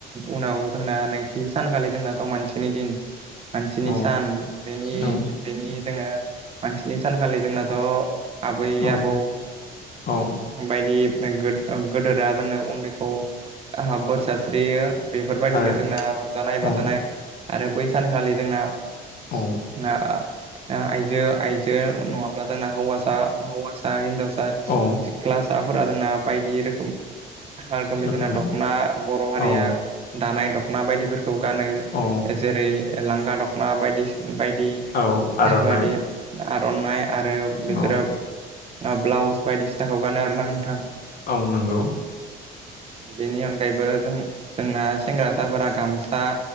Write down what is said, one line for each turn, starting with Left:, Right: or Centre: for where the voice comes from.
Right: उनाव जोंना नैथि सानखालि जोंनाथ' मानसिनि दिन मानसिनि
Left: औ
Right: सान बेनि
Left: औ
Right: बेनि जोङो मानसिनि सानखालि जोंनाथ' आबै
Left: औ
Right: आबौ
Left: औ औ
Right: बायदि गोद गोदोरा जोंनो उन्दै खौ आहा बोर सारस्रियो बेफोरबायदिनो
Left: आरो
Right: जोंना रंजानाय
Left: औ
Right: बाजानाय आरो बै सानखालि जोंना
Left: औ
Right: ओ ओ आइजो आइजो नङाब्ला जोंना हौवासा हौवासा हिनजाव ओ
Left: औ
Right: सिख्लासाफोरा जोंना बायदि रोखोम हा रोखोमनि
Left: रोखोमै
Right: जोंना दख'ना बर' हारिया
Left: औ
Right: दानाय दख'ना बायदिफोर खौ गानो
Left: औ
Right: जेरै लांगा दख'ना बायदिसि बायदि
Left: औ आर'नाइ
Right: बायदि आरनाइ आरो बिसोरो
Left: औ
Right: ओ ब्लाउस बायदिसिनाखौ गानो आरोना नोंथां।
Left: औ नोंगौ।
Right: बेनि अनगायैबो जों जोंना सेंग्रासाफोरा गामसा